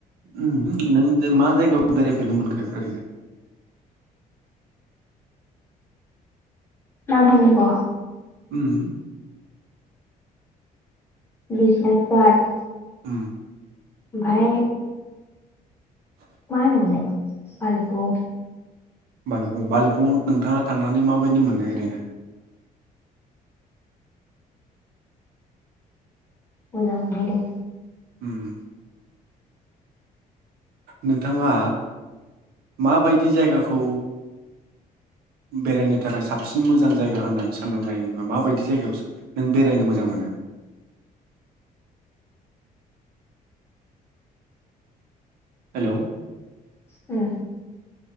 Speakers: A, on the right; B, on the left.
A: उम ओं मा जायगायाव बेरायफेरनो मोनखो ओरैनो
B: मा बुंनांग
A: उम
B: बिस्नाथगाद
A: ओम
B: ओमफाय मा होनोमोनलाय बालोफुं
A: बालोफुं बालोफुं नोंथांङा थांनानै माबायदि मोननाय ओरैनो
B: मोजां मोनहैदों।
A: ओम नोंथांङा माबायदि जायगाखौ बेरायनो थाखाय साबसिन मोजां जायगा होननानै साननानै लायोबा माबायदि जायगायावो नों बेरायनो मोजां मोनो? हेल'
B: उम।